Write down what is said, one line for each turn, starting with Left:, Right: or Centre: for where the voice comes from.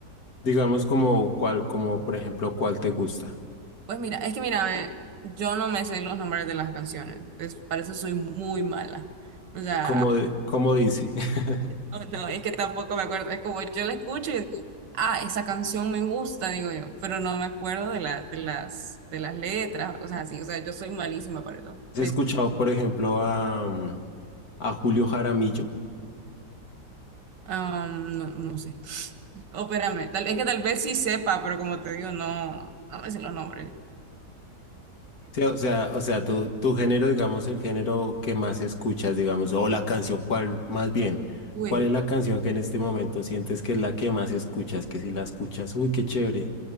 Left: Digamos como cuál, como por ejemplo, cuál te gusta.
Right: Pues mira, es que mira, a ver, yo no me sé los nombres de las canciones. Es, para eso soy muy mala. O sea,
Left: Como, de- como dice, <laughs>
Right: <laughs> No, no, es que tampoco me acuerdo. Es como yo la escucho y yo digo, ah, esa canción me gusta, digo yo, pero no me acuerdo de la, de las, de las letras o cosas así. O sea, yo soy malísima para eso.
Left: ¿has
Right: Entonces,
Left: escuchado por ejemplo a, mm, a Julio Jaramillo?
Right: am, no, no sé. Oh, espérame, tal, es que tal vez sí sepa, pero como te digo, no, no me sé los nombres.
Left: Sí, o sea, o sea, tu, tu género, digamos, el género que más escuchas, digamos, o la canción, cuál, más bien,
Right: Uy,
Left: ¿cuál es la canción que en este momento sientes que es la que más escuchas? Que si la escuchas, uy, qué chévere.